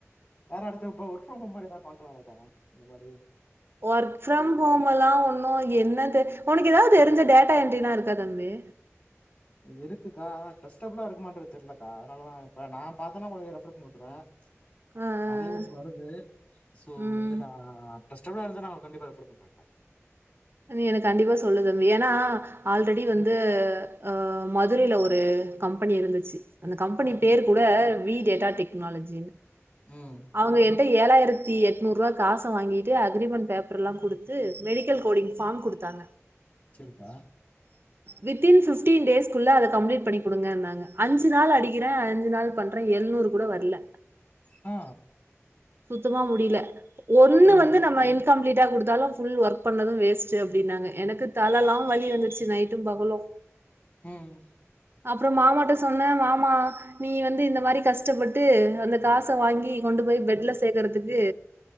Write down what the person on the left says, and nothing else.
வேற அடுத்த இப்ப ஒர்க் ஃப்ரம் ஹோம் மாரி ஏடுத்து பாக்கலாலக்கா இந்த மாரி
இருக்குக்கா ஆனா ட்ரெஸ்டபுலா இருக்குமான்றது தெரிலலக்கா அதானால தான் இப்ப நான் பாத்தேன்னா உங்குளுக்கு ரெஃபர் பண்ணி விட்டுறேன்
நறையா நியூஸ் வருது சோ
வந்து நா ட்ரஸ்ட் தமிழா இருந்தா நா கண்டிப்பா ரெஃபர் பண்றங்கா
கண்டிப்பாக்கா.
ம்
ம்
வச்சிருக்கா
ஆ
ம்
ம்